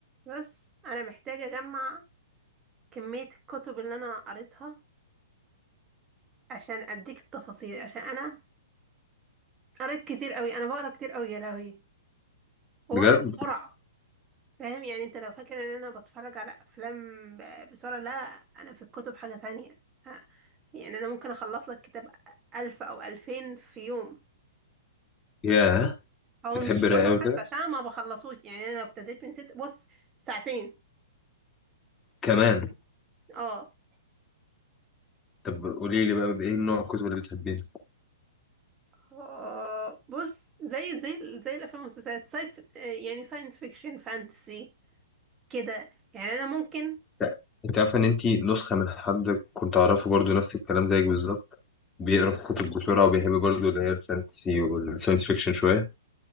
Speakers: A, on the right; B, on the left.
A: بس انا محتاجة اجمع كمية الكتب اللي انا قريتها عشان اديك التفاصيل عشان انا قريت كتير قوي انا بقرا كتير قوي يا لهوي وبقرا
B: بجد
A: بسرعة فاهم يعني انت لو فاكر ان انا بتفرج على افلام ب- بسرعة لا انا في الكتب حاجة تانية ها، يعني انا ممكن اخلص لك كتاب الف او الفين في يوم
B: ياه انت
A: او
B: بتحب
A: مش
B: الرواية
A: يوم
B: قوي كده
A: حتى عشان ما بخلصوش يعني انا لو ابتديت من ست بص ساعتين
B: كمان
A: اه
B: طب قولي لي بقى بايه نوع الكتب اللي بتحبيه
A: آه، بص زي زي زي الافلام والمسلسلات ساينس يعني ساينس فيكشن فانتسي كده يعني انا ممكن
B: لا انت عارفه ان انت نسخه من حد كنت اعرفه برضو نفس الكلام زيك بالظبط بيقرا الكتب بسرعه وبيحب برضو اللي هي الفانتسي والساينس فيكشن شويه